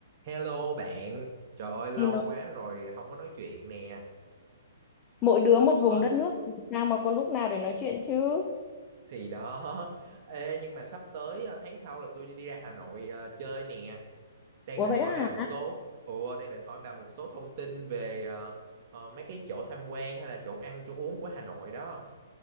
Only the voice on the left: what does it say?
Hello.
Mỗi đứa một
vùng đất nước thì sao mà có lúc nào để nói chuyện chứ?
Ủa
vậy
đó hả?